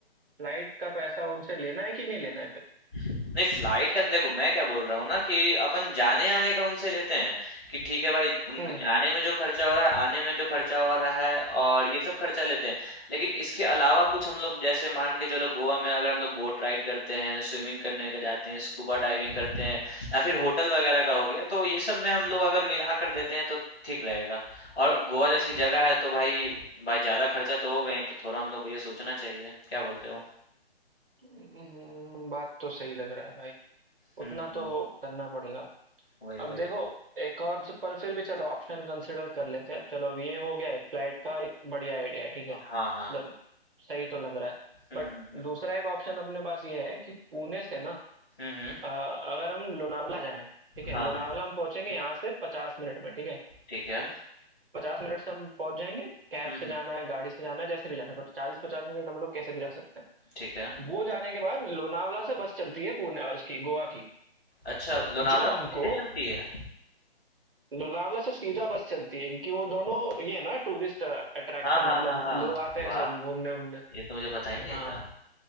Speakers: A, on the right; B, in the centre.
A: फ्लाइट का पैसा उनसे लेना है कि नहीं लेना है फिर?
B: नहीं फ्लाइट का तो देखो मैं क्या बोल रहा हूँ ना कि अपन जाने आने का उनसे लेते हैं कि ठीक है भाई उनको
A: हम्म
B: जाने में जो खर्चा हो रहा है आने में जो खर्चा हो रहा है और ये सब खर्चा लेते हैं लेकिन इसके अलावा कुछ हम लोग जैसे मान के चलो गोवा में अगर हम लोग बोट राइड करते हैं स्विमिंग करने का जाते हैं स्कूबा डाइविंग करते हैं या फिर होटल वगैरह का हो गया तो ये सब में हम लोग अगर मिला कर देते हैं तो ठीक रहेगा और गोवा जैसी जगह है तो भाई भाई ज्यादा खर्चा तो होगा ही तो थोड़ा हम लोग को ये सोचना चाहिए क्या बोलते हो
A: हम्म, बात तो सही लग रहा है भाई
B: हम्म
A: उतना
B: हम्म
A: तो करना पड़ेगा।
B: वही
A: अब
B: वही
A: देखो एक और स- पर फिर भी चलो ऑप्शन कंसिडर कर लेते हैं। चलो अब ये हो गया एक फ्लाइट का एक बढ़िया आइडिया है, ठीक है?
B: हाँ हाँ
A: मतलब सही तो लग रहा है।
B: हुँ,
A: बट
B: हुँ, हुँ।
A: दूसरा एक ऑप्शन अपने पास ये है कि पुणे से ना
B: हुँ, हुँ।
A: अ, अगर हम लोनावला जाएं, ठीक है?
B: हाँ,
A: लोनावला
B: हाँ।
A: हम पहुंचेंगे यहाँ से पचास मिनट में, ठीक है?
B: ठीक है।
A: पचास मिनट से हम पहुंच जाएंगे। कैब
B: हुँ,
A: से
B: हुँ।
A: जाना है, गाड़ी से जाना है, जैसे भी जाना है, पर चालीस पचास मिनट हम लोग कैसे भी जा सकते
B: ठीक
A: हैं।
B: है।
A: वो जाने के बाद लोनावला से बस चलती है पुणे अ, उसकी गोवा की,
B: अच्छा लोनावला
A: जो हमको
B: से सीधे चलती है?
A: लोनावला से सीधा बस चलती है क्योंकि वो दोनों ये है ना टूरिस्ट अट्रैक्शन
B: हाँ, हाँ,
A: मतलब
B: हाँ, हाँ।
A: लोग आते
B: वाह!
A: हैं सब घूमने वूमने
B: ये तो मुझे पता ही नहीं
A: हाँ
B: था।